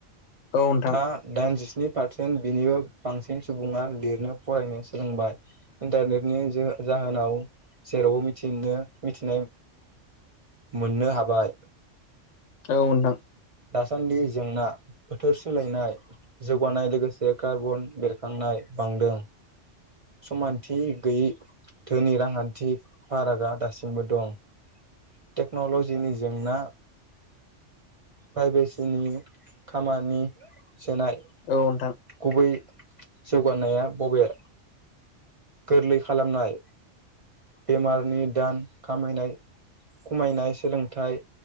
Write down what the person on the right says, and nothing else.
दा दाइनजिस्नि। फारसेनिबो बांसिन सुबुङा लिरनो फरायनो सोलोंबाय इन्टारनेटन। जाहोनाव जेरावबो मिथिनो मिथिनाय। मोननो हाबाय।
दासान्दि जेंना बोथोर सोलायनाय जौगानाय लोगोसे कार्बन बेरखांनाय। नाय बांदों समानथि गैयै धोनि रांखान्थि फारागा दासिमबो दं। टेक्न'ल'जिनि जेंना प्राइभेसिनि खामानि। सेनाय
गुबै जौगानाया बबे। गोरलै खालामनाय बेमारनि दान खामायनाय खमायनाय सोलोंथाइ।